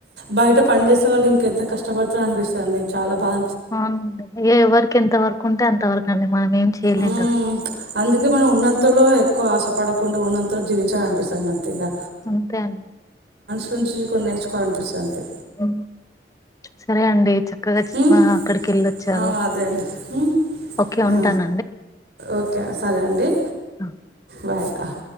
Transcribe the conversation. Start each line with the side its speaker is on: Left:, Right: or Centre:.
Right: బయట పని చేసే వాళ్లు ఇంకెంత కష్టపడతారు అనిపి స్తంది చాలా బాద
Left: అవునండి ఎవరికి ఎంత వరకు ఉంటే అంత వరకు అండి మనం ఏం చేయలేం
Right: మ్మ్
Left: కదండి.
Right: అందుకే మనం ఉన్నంతలో ఎక్కువ ఆశపడకుండా ఉన్నంతలో జీవించాలని అనిపిస్తంది అంతేగా.
Left: అంతే అండి
Right: కొంచు కొన్ని నేర్చువాలనిపిస్తుంది
Left: ఉ సరే అండి చక్కగా చు
Right: మ్మ్
Left: అక్కడికి వెళ్ళి వచ్చారు.
Right: ఆ అదే అండి మ్మ్
Left: ఓకే ఉంటాను
Right: ఆ ఓకే సరే అండి
Left: ఆ
Right: బాయ్ ఆ.